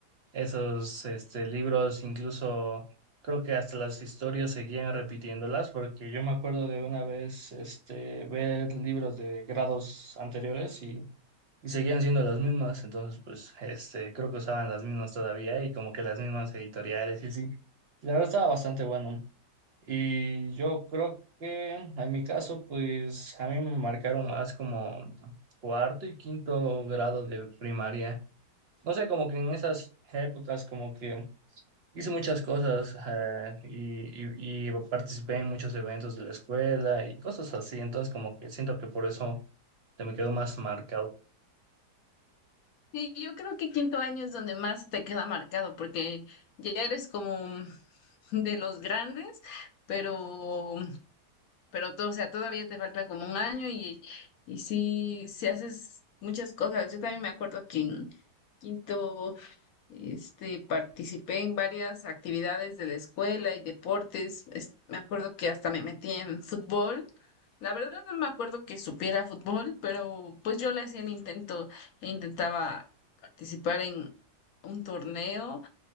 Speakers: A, on the right; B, on the left.
A: esos, este, libros, incluso creo que hasta las historias seguían repitiéndolas, porque yo me acuerdo de una vez, este, ver libros de grados anteriores y, y seguían siendo las mismas, entonces, pues, este, creo que usaban las mismas todavía y como que las mismas editoriales y sí. La verdad estaba bastante bueno, y yo creo que en mi caso, pues a mí me marcaron más como cuarto y quinto grado de primaria. No sé, como que en esas épocas como que hice muchas cosas eh, y, y- y participé en muchos eventos de la escuela y cosas así. Entonces como que siento que por eso se me quedó más marcado.
B: Sí, yo creo que quinto año es donde más te queda marcado, porque ya eres como <laughs> de los grandes, pero, pero todo, o sea, todavía te falta como un año y, y sí, sí haces muchas cosas. Yo también me acuerdo que en quinto. Este, participé en varias actividades de la escuela y deportes. Es- me acuerdo que hasta me metí en fútbol. La verdad no me acuerdo que supiera fútbol, pero pues yo le hacía el intento e intentaba participar en un torneo